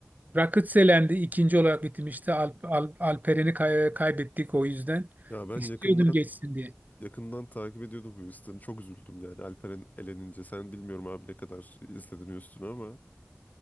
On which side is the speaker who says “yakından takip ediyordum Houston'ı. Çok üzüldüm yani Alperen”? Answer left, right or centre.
Left